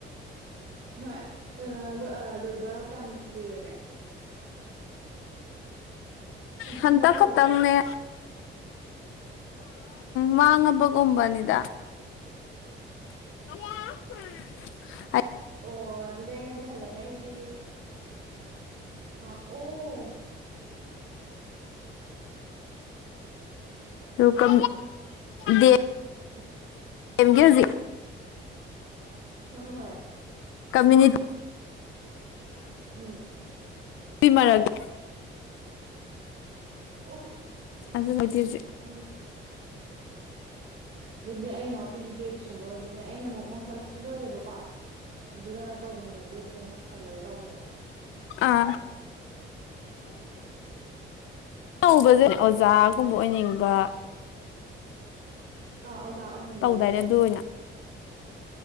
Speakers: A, on the right; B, on the left.
A: ꯍꯣꯏ ꯂꯣꯏꯕ ꯀꯌꯥꯝ ꯀꯨꯏꯔꯒꯦ ꯍꯟ
B: ꯍꯟꯊ
A: ꯍꯟꯗꯛ ꯂꯣꯏꯔꯕ
B: ꯈꯇꯪꯅꯦ ꯃꯥꯡꯉꯕꯒꯨꯝꯕꯅꯤꯗ <inaudible>
A: ꯑꯣ ꯑꯗꯨꯗꯤ ꯑꯩꯅꯗꯤ ꯍꯜꯂꯅꯤ ꯑꯩꯗꯤ ꯑ ꯑꯣ
B: ꯀ ꯗꯦ
A: ꯑꯣ
B: ꯁꯦꯝꯒꯦ ꯍꯧꯖꯤ
A: ꯍꯣꯏ ꯍꯣꯏ
B: ꯀꯃꯨꯅꯤꯇꯤ
A: ꯎꯝ
B: ꯃꯔꯒ
A: ꯑꯣ
B: ꯑꯗ ꯃꯗꯤꯁꯦ
A: ꯎꯝ ꯑꯗꯨꯗꯤ ꯑꯩ ꯏꯅꯥꯎꯄꯤꯒꯤ ꯕꯦꯠꯆꯀꯨꯝꯕ ꯑꯣꯏꯗꯣꯏꯅꯦ ꯑꯩꯅ ꯑꯃꯨꯛ ꯃꯥꯁꯇꯔꯁꯨ ꯂꯣꯏꯔꯦꯕꯀꯣ ꯑꯗꯨꯒ ꯇꯧꯕꯅꯦꯕ ꯕꯤ ꯑꯦꯠꯁꯦ ꯃꯥꯁꯇꯔ ꯂꯣꯏꯔꯦ ꯇꯧꯕꯅꯦꯕ
B: ꯑꯥ ꯅꯧꯕꯁꯅꯦ ꯑꯣꯖꯥꯒꯨꯝꯕ ꯑꯣꯏꯅꯤꯡꯕ
A: ꯑꯥ ꯑꯣꯖꯥ ꯑꯣꯏꯅꯤꯡꯕꯒꯤ
B: ꯇꯧꯗꯥꯏꯅꯦ
A: ꯑꯣꯏꯗꯣꯏꯅꯦ
B: ꯑꯗꯨ ꯑꯣꯏꯅ